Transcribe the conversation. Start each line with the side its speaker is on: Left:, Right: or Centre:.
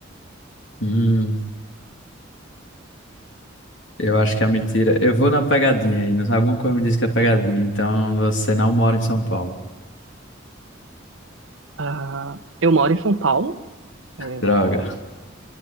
Left: Hum, Eu acho que é mentira. Eu vou na pegadinha aí. não- Alguma coisa me diz que é pegadinha. Então você não mora em São Paulo.
Right: Ah, eu moro em São Paulo, é,
Left: Droga.